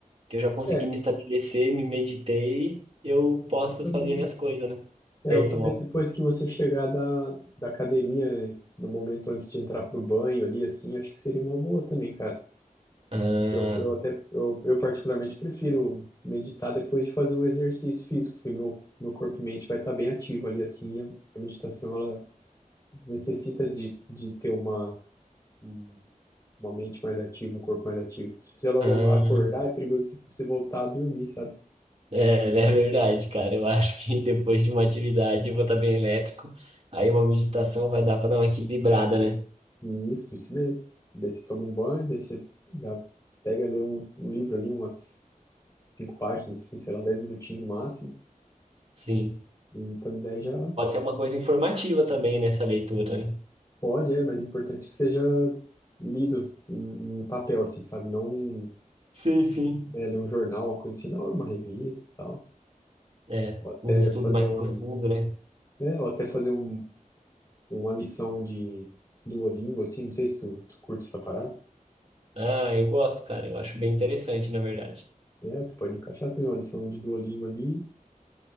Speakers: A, on the right; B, on the left.
A: que eu já consegui
B: é,
A: me estabelecer, me meditei, eu posso
B: também.
A: fazer minhas coisas, né?
B: É,
A: E
B: eu
A: aí,
B: também
A: tomar. um-
B: depois que você chegar da, da academia, no momento antes de entrar pro banho ali, assim, acho que seria uma boa também, cara.
A: Ah,
B: Eu, eu até, eu, eu particularmente prefiro meditar depois de fazer um exercício físico, porque meu, meu corpo e mente vai estar bem ativo ali, assim, e a, a meditação, ela necessita de, de ter uma, um- uma mente mais ativa, um corpo mais ativo. Se fizer logo
A: ah.
B: acordar, é perigoso você, você voltar a dormir, sabe?
A: É, <laughs> é verdade, cara. Eu acho que depois de uma atividade eu vou estar bem elétrico. Aí uma meditação vai dar para dar uma equilibrada, né?
B: E isso, isso mesmo. Daí você toma um banho, daí você já pega, lê um, um livro ali, umas cinco páginas, assim, sei lá, dez minutinhos no máximo,
A: Sim.
B: e também daí já
A: Pode ser uma coisa informativa também nessa leitura, né?
B: Pode, é, mas é importante que seja lido em, em papel, assim, sabe? Não em,
A: Sim, sim.
B: é, ler um jornal, uma coisa assim, da hora, uma revista e tal.
A: É,
B: Ou até
A: uns estudos
B: fazer
A: mais
B: um,
A: profundos, né?
B: é, ou até fazer um, uma lição de Duolingo, assim, não sei se tu, tu curte essa parada.
A: Ah, eu gosto, cara. Eu acho bem interessante, na verdade.
B: É, você pode encaixar também uma lição de Duolingo ali